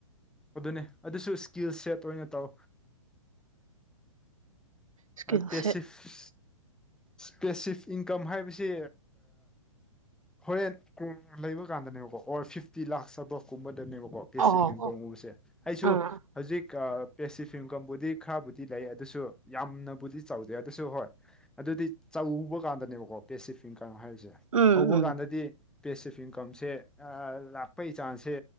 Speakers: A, in the centre; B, on the right (about 85°).
A: ꯑꯗꯨꯅꯦ ꯑꯗꯨꯁꯨ ꯏꯁꯀꯤꯜ ꯁꯦꯠ ꯇꫭꯏꯅ ꯇꯧ
B: ꯏꯁꯀꯤꯜ
A: ꯄ°
B: ꯁꯦꯠ
A: ꯁꯤꯐ ꯄꯦꯁꯤꯐ ꯏꯟꯀꯝ ꯍꯥꯏꯕꯁꯤ ꯍꯣꯔꯦꯟ <inaudible> ꯂꯩꯕ ꯀꯥꯟꯗꯅꯦꯕꯀꯣ ꯑꯣꯔ ꯐꯤꯐꯇꯤ ꯂꯥꯛꯁ ꯆꯕ ꯀꯨꯝꯕꯗꯅꯦꯕꯀꯣ ꯄꯦꯁꯤꯐꯖ
B: ꯑꯣ ꯑꯣ
A: ꯏꯟꯀꯝ ꯒꯨꯝꯕꯁ° ꯑꯩꯁꯨ
B: ꯑꯥ
A: ꯍꯧꯖꯤꯛ ꯄꯦꯁꯤꯐꯤꯌꯝ ꯏꯟꯀꯝ ꯕꯨꯗꯤ ꯈꯔꯕꯨꯗꯤ ꯂꯩ ꯑꯗꯨꯁꯨ ꯌꯥꯝꯅ ꯕꯨꯗꯤ ꯆꯥꯎꯧꯗꯦ ꯑꯗꯨꯁꯨ ꯍꯣꯏ ꯑꯗꯨꯗꯤ ꯆꯥꯎꯧꯕ ꯀꯥꯟꯗꯅꯦꯕꯀꯣ ꯄꯦꯁꯤꯐꯤꯡ ꯏꯟꯀꯝ ꯍꯥꯏꯔꯤꯁꯦ
B: ꯎꯝ
A: ꯍꯧꯕ
B: ꯎꯝ
A: ꯀꯥꯟꯗꯗꯤ ꯄꯦꯁꯤꯐꯋ ꯏꯟꯀꯝꯁꯦ ꯂꯥꯛꯄꯩ ꯆꯥꯟꯁꯁꯦ